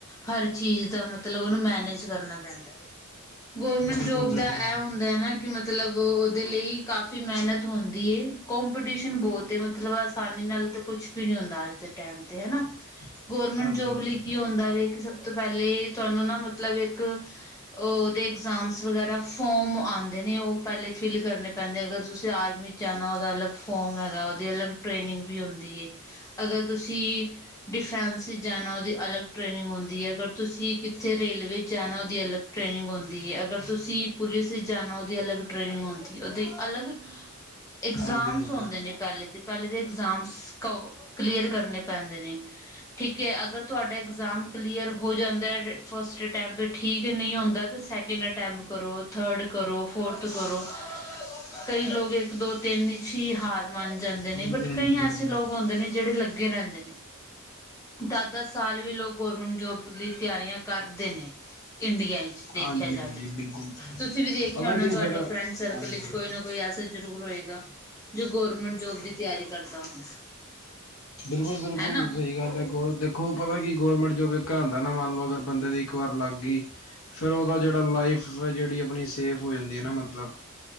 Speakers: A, on the left; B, on the left.
A: ਹਰ ਚੀਜ਼ ਦਾ ਮਤਲਬ ਉਹਨੂੰ ਮੈਨੇਜ ਕਰਨਾ ਪੈਂਦਾ ਵੇ। ਗੌਰਮੈਂਟ
B: ਬਿਲਕੁਲ
A: ਜੋਬ
B: ਬਿਲਕੁਲ
A: ਦਾ ਇਹ ਹੁੰਦਾ ਹੈ ਨਾ ਕਿ ਮਤਲਬ ਉਹਦੇ ਲਈ ਕਾਫੀ ਮਿਹਨਤ ਹੁੰਦੀ ਹੈ ਕਪੀਟੀਸ਼ਨ ਬਹੁਤ ਮਤਲਬ ਆਸਾਨੀ ਨਾਲ ਕੁਛ ਵੀ ਨਹੀਂ ਹੁੰਦਾ ਅੱਜ ਦੇ ਟਾਈਮ ਤੇ ਹਨਾ।
B: <unintelligible>
A: ਗੌਰਰਮੈਂਟ
B: ਹਾਂਜੀ
A: ਜੋਬ
B: ਹਾਂਜੀ
A: ਲਈ ਕੀ ਹੁੰਦਾ ਜੇ ਕਿਸ ਤੋਂ ਪਹਿਲੇ ਤੁਹਾਨੂੰ ਨਾ ਮਤਲਬ ਇੱਕ ਉਹਦੇ ਇਗਜਾਮ ਵਗੈਰਾ ਫੋਮ ਆ ਦੇ ਨੇ ਉਹ ਪਹਿਲੇ ਫਿਲ ਕਰਨੇ ਪੈਂਦੇ ਅਗਰ ਤੁਸੀ ਆਰਮੀ ਚ ਜਾਣਾ ਉਹਦਾ ਅਲੱਗ ਫੋਮ ਹੈਗਾ ਉਹਦੇ ਅਲੱਗ ਟ੍ਰੇਨਿੰਗ ਵੀ ਹੁੰਦੀ ਐ ਅਗਰ ਤੁਸੀ ਡਿਫੈਂਸ ਚ ਜਾਣਾ ਉਹਦੀ ਅਲੱਗ ਟ੍ਰੇਨਿੰਗ ਹੁੰਦੀ ਹੈ ਅਗਰ ਤੁਸੀਂ ਕਿੱਥੇ ਰੇਲਵੇ ਚ ਜਾਣਾ ਉਹਦੀ ਅਲੱਗ ਟ੍ਰੇਨਿੰਗ ਹੁੰਦੀ ਹੈ ਅਗਰ ਤੁਸੀ ਪੁਲਿਸ ਇੱ ਜਾਣਾ ਉਹਦੀ ਅਲੱਗ ਟ੍ਰੇਨਿੰਗ ਹੁੰਦੀ ਉਹਦੇ ਅਲੱਗ ਇਗਜ਼ਾਮ
B: ਹਾਂਜੀ ਹਾਂਜੀ ਹਾਂਜੀ
A: ਹੁੰਦੇ ਨੇ ਪਹਿਲੇ ਤੇ। ਪਹਿਲੇ ਦੇ ਇਗਜ਼ਾਮ ਕਲੀਅਰ ਕਰਨੇ ਪੈਂਦੇ ਨੇ। ਠੀਕ ਹੈ ਅਗਰ ਤੁਹਾਡਾ ਇਗਜ਼ਾਮ ਕਲੀਅਰ ਹੋ ਜਾਂਦਾ ਫਸਟ ਅਟੈਂਪ ਠੀਕ ਏ ਨਹੀਂ ਹੁੰਦਾ ਸੈਕਿੰਡ ਅਟੈਂਪਟ ਕਰੋ ਥਰਡ ਕਰੋ ਫੋਰਥ ਕਰੋ ਕਈ ਲੋਕ ਇੱਕ ਦੋ ਤਿੰਨ ਇਚ ਹੀ ਹਾਰ ਮੰਨ ਜਾਂਦੇ ਨੇ
B: ਹਾਂਜੀ
A: ਬਟ
B: ਹਾਂਜੀ
A: ਕਈ
B: ਬਿਲਕੁਲ
A: ਐਸੇ ਲੋਕ ਹੁੰਦੇ ਨੇ ਜਿਹੜੇ ਲੱਗੇ ਰਹਿੰਦੇ ਨੇ। ਦਸ-ਦਸ ਸਾਲ ਵੀ ਲੋਕ ਗਵਰਮੈਂਟ ਜੋਬ ਲਈ ਤਿਆਰੀਆਂ ਕਰਦੇ ਨੇ ਇੰਡੀਆ
B: ਹਾਂਜੀ
A: ਦੇਖਿਆ
B: ਹਾਂਜੀ
A: ਜਾਵੇ ਤਾ
B: ਬਿਲਕੁਲ
A: ਤੁਸੀ ਵੀ ਦੇਖਿਆ
B: ਪਤਾ
A: ਹੋਣਾ
B: ਕੀ
A: ਤੁਹਾਡੇ
B: ਫੇਰ
A: ਫਰੈਂਡ ਸਰਕਲ
B: ਹਾਂਜੀ
A: ਵਿੱਚ ਕੋਈ ਨਾ ਕੋਈ ਐਸਾ ਜ਼ਰੂਰ ਹੋਏਗਾ ਜੋ ਗੌਰਮੈਂਟ ਜੋਬ ਦੀ ਤਿਆਰੀ ਕਰਦਾ ਹੋਣਾ।
B: ਬਿਲਕੁਲ-ਬਿਲਕੁਲ
A: ਹੈਨਾ
B: ਸਈ ਗੱਲ ਐ ਕੋਲ ਤੇ ਖੋ ਪਤਾ ਕਿ ਗੌਰਮੈਂਟ ਜੋਬ ਇੱਕ ਐ ਹੁੰਦਾ ਨਾ ਮੰਨ ਲਓ ਅਗਰ ਬੰਦੇ ਦੀ ਇੱਕ ਵਾਰ ਲੱਗ ਗਈ ਫਿਰ ਉਦਾ ਜੇੜਾ ਲਾਈਫ ਫੇਰ ਜੇੜੀ ਅਪਣੀ ਸੇਫ ਹੋ ਜਾਂਦੀ ਐ ਨਾ ਮਤਲਬ।